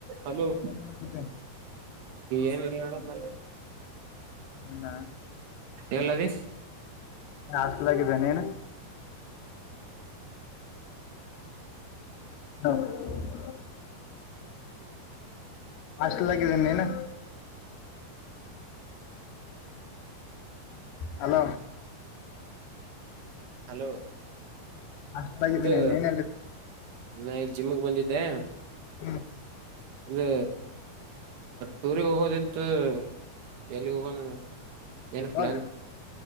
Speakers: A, on the right; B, on the left.
A: Hello
B: ಏನ್ ಮಾಡಕತ್ತೆ
A: ಏನಿಲ್ಲ ಹೇಳಪ್ಪ
B: ಏನ
A: ಎಲ್ಲದಿ
B: ಹಾಸ್ಟಲ್ಗಿದ್ದೇ ನೀನು <unintelligible> ಹಾಸ್ಟಾಲಗಿದ್ದೀನಿ ನೀನು. ಹಲೋ
A: ಹಲೋ
B: ಹಾಸ್ಟೆಲಾಗಿದ್ದೀನಿ
A: ಇದು
B: ನೀನು ಎಲ್ಲಿದೆ
A: ನಾ ಇಲ್ಲಿ ಜಿಮ್ಮಿಗೆ ಬಂದಿದ್ದೆ.
B: ಹ್ಮ
A: ಇ ಟೂರಿಗ್ ಹೋಗೋದಿತ್ತು ಎಲ್ಲಿಗ್ ಹೋಗ್ ಏನ್
B: ಯಾವಾಗ
A: ಪ್ಲಾನ್